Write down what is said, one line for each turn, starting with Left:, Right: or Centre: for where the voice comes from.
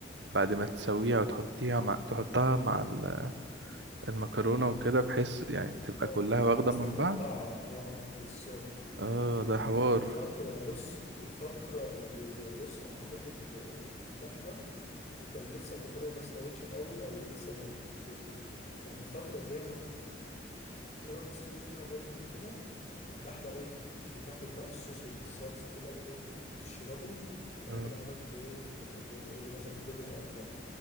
Right: بعد ما تسويها وتحطيها مع تحطها مع ال... المكرونة وكده بحيث يعني تبقى
Left: اه
Right: كلها واخدة
Left: بحيث
Right: من
Left: تاخد
Right: بعض
Left: الطعم اه بالظبط
Right: اه
Left: و-
Right: ده حوار
Left: والفتره يعني بص والفتره اللي يعني بص انا حطيت ال- اللحمه وكان لسه المكرونه ما استوتش قوي او لسه ما كده ففي الفتره اللي هي كلها بتستوي فيها برضو كده فاللحمة إيه بتاخد بقى الصوص الصلصة كده وإيه بتشربه
Right: اه
Left: فأنا كده عملت إيه زي زي ما يقولوا مثلا كله بقى في بعض